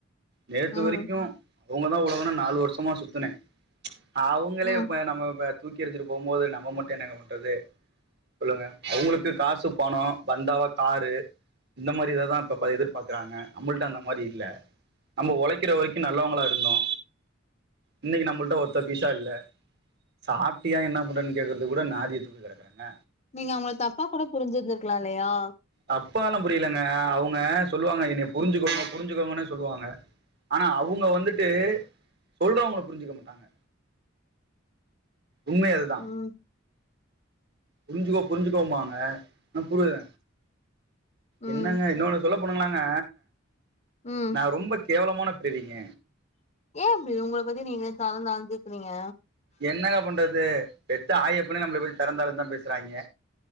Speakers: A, on the right; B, on the left.
A: நேத்து
B: ம்
A: வரிக்கு அவுங்க தா உலகோனு நாலு வருஷமா சுத்துனே அவுங்களே
B: ம்
A: இப்ப நம்ம இப்ப தூக்கி எறிஞ்சிட்டு போம்மோது நம்ம மட்டு என்னங்க பண்றது சொல்லுங்க அவுங்களுக்கு காசு பணோ பந்தாவா காரு இந்த மாரி இததா அப்பப்ப எதிர்பாக்குறாங்க நம்மள்ட்ட அந்த மாரி இல்ல நம்ம ஒழைக்கிற வரிக்கு நல்லவங்களா இருந்தோ இன்னைக்கு நம்மள்ட்ட ஒத்த பைசா இல்ல சாப்டியா என்ன பண்றேனு கேக்கறதுக் கூட நாதிய த்துவு கெடக்குறங்க
B: நீங்க அவுங்கள தப்பா கூட புரிஞ்சி இருந்திருக்லா இல்லையா
A: தப்பால்லா புரியலங்க அவுங்க சொல்லுவாங்க என்னைய புரிஞ்சுக்கோங்க புரிஞ்சுக்கோங்கன்னு சொல்லுவாங்க ஆனா அவுங்க வந்துட்டு சொல்றவங்கள புரிஞ்சிக்க மாட்டாங்க உண்மை அதுதா
B: ம்
A: புரிஞ்சுக்கோ புரிஞ்சுக்கோம்பாங்க ஆன புரில
B: ம்
A: என்னங்க இன்னொன்னு சொல்லப் போனுங்களாங்க
B: ம்
A: நா ரொம்ப கேவலமான பிரிவீங்க
B: ஏ அப்டி உங்கள பத்தி நீங்களே தரந் தாழ்ந்துக்கிறீங்க
A: என்னங்க பண்றது பெத்த ஆயி அப்பனே நம்மள பத்தி தரந்தளர்ந்த்தா பேசுறாய்ங்க